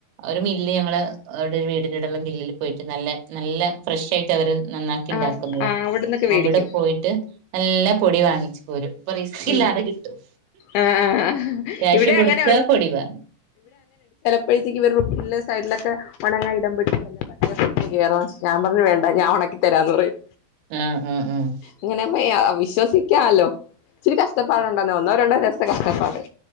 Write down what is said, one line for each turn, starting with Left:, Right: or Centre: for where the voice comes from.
Right: ഒരു മില്ല് ഞങ്ങള്. അവിടെ ഒരു വീടിലുള്ളൊരു മില്ലില് പോയിട്ട് നല്ല നല്ല ഫ്രഷ് ആയിട്ട് അവര് നന്നാ ഉണ്ടാക്കുന്നതാ,
Left: ആ ആ അവിടന്നൊക്കെ മേടിക്കും
Right: അവിടെ പോയിട്ട് നല്ല പൊടി വാങ്ങിച്ച് പോരും. ഇപ്പൊ റിസ്ക് ഇല്ലാതെ
Left: ഉം
Right: കിട്ടും,
Left: ആ ആ
Right: ക്യാഷ്
Left: ഇവിടെ
Right: കൊടുക്കുക
Left: അങ്ങനെ
Right: പൊടി വാങ്ങുക.
Left: <unintelligible> ഉള്ള സൈഡിലൊക്കെ. ഉണങ്ങാൻ ഇടുപ്പോഴേക്ക് വെല്ലോ പട്ടിയോ പൂച്ചയോ കയറാൻ ഞാൻ പറഞ്ഞു വേണ്ട ഞാൻ ഉണക്കി തരാന്ന് പറയും.
Right: ആഹ് ആഹ് ആഹ്
Left: ഇങ്ങനെ പോ വിശ്വസിക്കാലോ? ഇച്ചരി കഷ്ട്ടാപ്പാടുണ്ടോന്ന് ഒന്നോ രണ്ടോ ദിവസത്തെ കഷ്ടപ്പാട്.